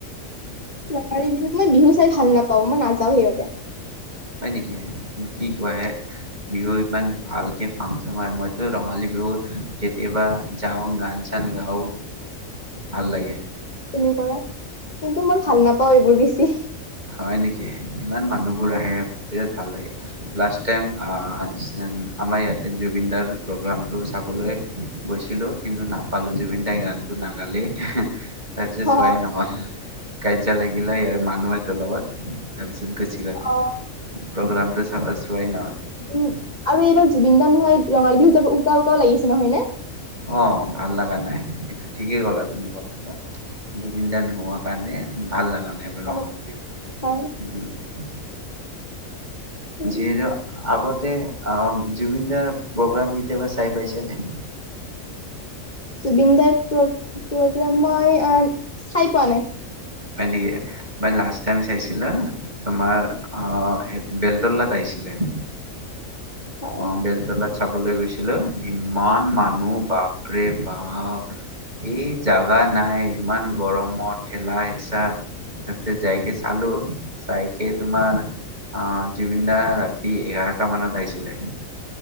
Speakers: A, on the left; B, on the right.
A: ৰঙালী বিহুত মই বিহু চাই ভাল নাপাও, মই নাযাওঁ সেইবাবে
B: হয় নেকি কি কোৱাহে বিহু ইমান ভালকে ফাংচন হয়। মইতো ৰঙালী বিহুত কেতিয়াবা যাও, গান-চান গাও ভাল লাগে ।
A: তুমি কৰা, কিন্তু মই ভাল নাপাও এইবোৰ বেছ ছি।
B: হয় নেকি, ইমান মানুহবোৰ আহে বিৰাট ভাল লাগে লাষ্ট টাইম আহ আমাৰ ইয়াতে জুবিন দাৰ প্ৰগ্ৰামটো চাবলৈ গৈছিলো, কিন্তু নাপালো জুবিন দাই গানটো নাগালে। তাৰপিছত
A: অ
B: চোৱাই নহ'ল। গাইজ লাগিলে ইয়াৰ মানুহ আনি লগত তাৰ পিছত গুচি গ'ল,
A: অ
B: প্ৰগ্ৰামটো চোৱাই নহ'ল।
A: উম আৰু এইবাৰ জুবিন দা নোহোৱাই ৰঙালী বিহুটো উকা-উকাও লাগিছে নহয় নে?
B: অ' ভাল লগা নাই এইটো ঠিক । কি ক'লা তুমি কথাটা জুবিন দা- নোহোৱা কাৰণে ভাল লাগা নাই বাৰু
A: অলপ
B: ৰঙালী বিহু।
A: হয় উম,
B: যিহেতু আগত তে আৰব জুবিন দাৰ প্ৰগ্ৰাম কেতিয়াবা চাই পাইছে নে?
A: জুবিন দাৰ প্ৰগ্ৰাম মই অ'চাই পোৱা নাই ।
B: হয় নেকি? মই লাষ্ট টাইম চাইছিলো । তোমাৰ আহ সেই বেলতলাত আহিছিলে।
A: হয়
B: অ' বেলতলাত । চাবলৈ গৈছিলো, ইমান মানুহ বাপৰে-বাপ। এই জাগা নাই, ইমান গৰমত ঠেলা-হেঁচা তাৰপিছত যাইকে চালো। চাইকে তোমাৰ অ' জুবিন দা ৰাতি এঘাৰটা মানত আহিছিলে।